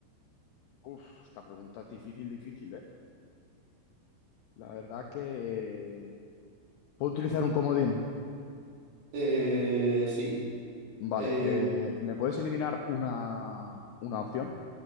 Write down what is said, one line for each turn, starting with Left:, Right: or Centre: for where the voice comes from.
Left: uf, esta pregunta es difícil, difícil, ¿eh? La verdad que. ¿Puedo utilizar un comodín?
Right: Eh, sí,
Left: Vale.
Right: eh,
Left: eh, ¿me puedes eliminar una, una opción?